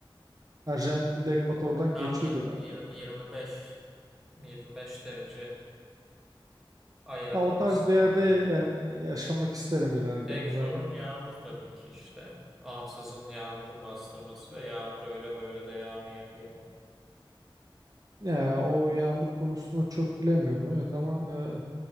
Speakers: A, on the right (about 40°); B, in the centre.
A: Arjantin'de ekvatordan
B: Tam
A: geçiyordu
B: yirmi
A: galiba.
B: yirmi beş yirmi beş derece ayarlamışsın
A: Ya o tarz bir yerde
B: gibi deniyor.
A: yani
B: evet.
A: yaşamak isterim ileride.
B: Tek
A: Hani
B: sorun
A: ben
B: yağmur tabii ki işte. Ansızın yağmurun bastırması ve yağmur öyle böyle de yağmayabiliyor.
A: ya o yağmur konusunu çok bilemiyorum evet ama e,